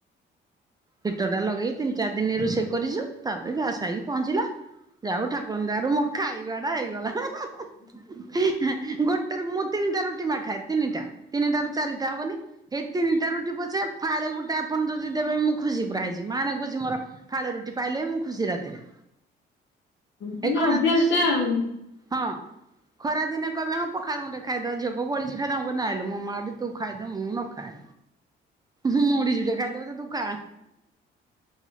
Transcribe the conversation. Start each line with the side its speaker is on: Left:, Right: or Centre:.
Right: ହିଟର ଟା ଲଗେଇ ତିନି ଚାର ଦିନ ରୋଷେଇ କରିଚୁ! ତାପରେ ଗ୍ୟାସ ଆଇଲେ ପହଞ୍ଚିଲ! ଯାହଉ ଠାକୁରଙ୍କ ଦୟାରୁ ମୋ ଖାଇବାଟା ହେଇଗଲା! ଆଁ ଆଁ ଏଁ ଏଁ ଗୋଟ ତେରେ ମୁଁ ତିନିଟା ରୁଟି ମା ଖାଏ, ତିିନିଟା ତିନିଟା ରୁ ଚାରିଟା ହବନି! ଏଇ ତିନିଟା ରୁଟି ପଛେ ଫାଳେ ଗୋଟେ ଆପଣ ଯଦି ଦେବେ ମୁଁ ଖୁସି ପୁରା ହେଇଯିବି! ମାଣେ ଖୁସି ମୋର ଫାଳେ ରୁଟି ପାଇଲେ ଵି ମୁଁ ଖୁସି ରାତିରେ!
Left: ମାନେ
Right: ଏ ଖରା
Left: ଅଭ୍ୟାସ
Right: ଦିନ ସେ
Left: ଟା ଆଉ।
Right: ହଁ! ଖରା ଦିନେ କହିବେ ହଁ ପଖାଳ ମୁଠେ ଖାଇଦବା, ଝିଅ କୋ ବଳିଚି ଖାଇଦବା, ନାଇଁମ ମୋ ମାଆ ଟି ତୁ ଖାଇଦେଏ ମୁଁ ନଖାଏ! ମୁଡ଼ିକୀଟ ଖାଇଦେବ ତୁ ଖା!